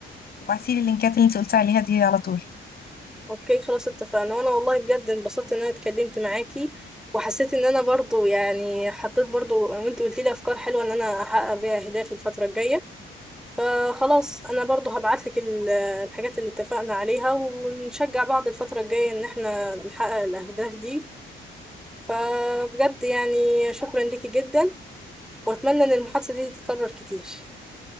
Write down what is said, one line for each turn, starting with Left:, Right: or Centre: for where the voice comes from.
Left: وبعتيلي اللينكات اللي انت قلتي عليها دي على طول
Centre: اوكي خلاص اتفقنا وانا والله بجد انبسطت ان انا اتكلمت معاكي وحسيت ان انا برضو يعني حطيت برضو وانت قلت لي افكار حلوه ان انا احقق بيها اهدافي الفتره الجايه فخلاص انا برضو هبعت لك الحاجات اللي اتفقنا عليها ونشجع بعض الفتره الجايه ان احنا نحقق الاهداف دي فبجد يعني شكرا ليكي جدا واتمنى ان المحادثه دي تتكرر كتير